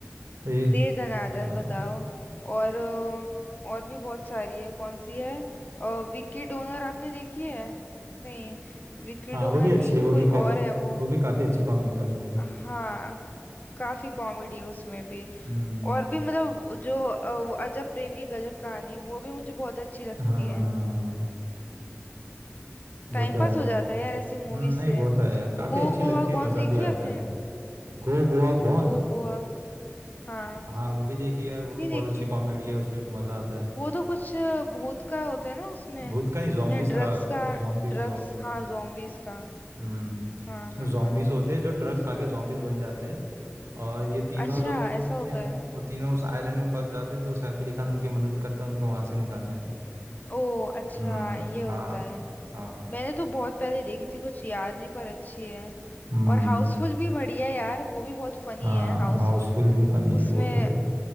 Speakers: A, on the right; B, on the left.
A: तो ये
B: दे दनादन
A: हाँ
B: बताओ और अ, और भी बहुत सारी है कौन सी है अ, विक्की डोनर आपने देखी है नहीं विक्की
A: हाँ
B: डोनर
A: वो भी अच्छी
B: नहीं
A: है वो
B: कोई
A: भी कॉप
B: और है वो
A: वो भी काफ़ी अच्छी कॉमिक है उसमें भी
B: हाँ काफी कॉमेडी है उसमें भी
A: हम्म
B: और भी मतलब जो अ, अजब प्रेम की गजब कहानी वो भी मुझे बहुत अच्छी लगती
A: हाँ
B: है टाइम
A: वो तो है
B: पास हो जाता है यार ऐसी
A: हम्म
B: मूवीज
A: नहीं
B: से
A: वो तो है यार काफ़ी
B: गो
A: अच्छी
B: गोवा
A: लगती है
B: गॉन
A: मज़ा
B: देखी
A: भी
B: है
A: आता
B: आपने
A: है गो गोवा गॉन
B: गो गोवा गो... हाँ
A: हाँ वो भी देखी यार वो भी
B: नहीं
A: बहुत
B: देखी
A: अच्छी कॉमेडी है उसमें भी मज़ा आता है
B: वो तो कुछ अ, भूत का होता है ना उसमें
A: भूत का नहीं zombies
B: या ड्रग्स
A: का
B: का
A: zombies
B: ड्रग्स
A: zombies
B: हाँ zombies का
A: हम्म
B: हाँ
A: उसमें
B: हाँ
A: zombies
B: हाँ
A: होते हैं जो ड्रग्स खा के zombies बन जाते हैं और ये तीनों
B: अच्छा
A: लोग
B: ऐसा होता
A: या
B: है
A: वो तीनों उस आइलैंड में फंस जाते हैं तो सैफ अली खान उनकी मदद करता है उनको वहां से निकालने में
B: ओ अच्छा
A: हम्म
B: ये होता
A: हाँ
B: है
A: हाँ
B: मैंने तो बहुत पहले देखी थी कुछ याद नहीं पर अच्छी है
A: हम्म
B: और हाउसफुल भी बढ़िया है यार वो भी बहुत फनी
A: हाँ
B: है हाउसफुल
A: हाउसफुल भी फनी है
B: उसमें
A: वो तो है